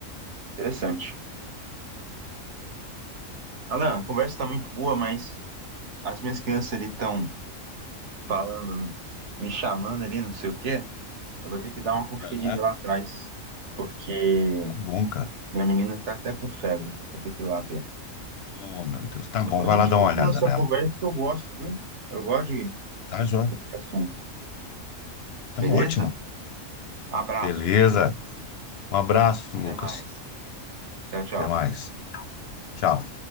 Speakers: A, on the right; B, on the left.
A: Interessante. Alan, a conversa tá muito boa, mas as minhas crianças ali estão falando, me chamando ali, não sei o quê. Eu vou ter que dar uma conferida
B: Aham.
A: lá atrás, porque
B: Tá bom, cara.
A: minha menina tá até com febre. Vou ter que ir lá ver.
B: Oh, meu Deus. Tá bom,
A: Depois
B: vai
A: a gente
B: lá dar
A: continua
B: uma olhada
A: essa
B: nela.
A: conversa que eu gosto, viu? Eu gosto de-
B: Tá, joia?
A: desse assunto.
B: Tá
A: Beleza?
B: ótimo.
A: Um Abraço.
B: Beleza. Um abraço, Lucas.
A: Até mais. Tchau, tchau.
B: Até mais. Tchau.